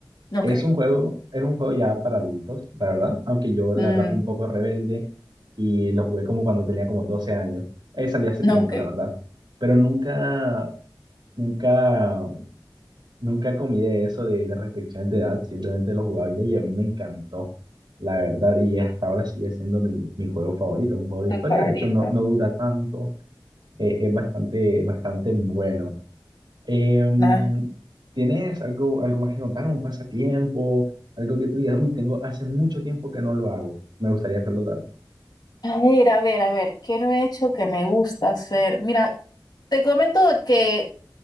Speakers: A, on the left; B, on the right.
A: Ok,
B: Es un juego, es un juego ya para adultos, la verdad, aunque yo la
A: mm,
B: verdad fui un poco rebelde y lo jugué como cuando tenía como 12 años. Ahí salí hace tiempo,
A: ok,
B: la verdad. Pero nunca, nunca, nunca comí de eso de, de restricciones de edad, simplemente lo jugaba ya y a mí me encantó, la verdad. Y hasta ahora sigue siendo mi, mi juego favorito, un juego de
A: tu
B: historia.
A: favorito.
B: De hecho, no, no dura tanto, eh, es bastante, bastante bueno. Em,
A: Ah,
B: ¿tienes algo, algo más que contar? ¿Un pasatiempo? Algo que tú digas, uy, tengo hace mucho tiempo que no lo hago. Me gustaría hacerlo otra vez.
A: A ver, a ver, a ver, ¿qué no he hecho que me gusta hacer? Mira, Te comento que